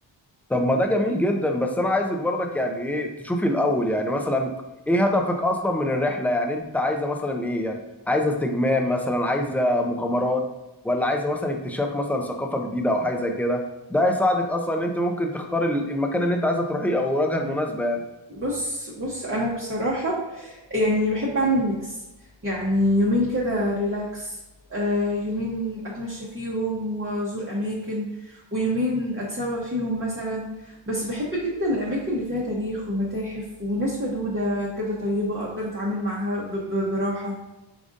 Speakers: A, in the centre; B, on the right (about 30°).
A: طب ما ده جميل جدا بس انا عايزك برضك يعني ايه تشوفي الاول يعني مثلا ايه هدفك اصلا من الرحله يعني انت عايزه مثلا ايه يعني عايزه استجمام مثلا عايزه مغامرات ولا عايزه مثلا اكتشاف مثلا ثقافه جديده او حاجه زي كده ده هيساعدك اصلا ان انت ممكن تختار ال- المكان اللي انت عايزه تروحيه او الوجهه المناسبه يعني
B: بص بص انا بصراحة يعني بحب اعمل ميكس يعني يومين كده ريلاكس آه يومين اتمشى فيهم وازور اماكن ويومين اتسوق فيهم مثلا بس بحب جدا الاماكن اللي فيها تاريخ ومتاحف وناس ودودة كده طيبة اقدر اتعامل معاها ب- ب- براحة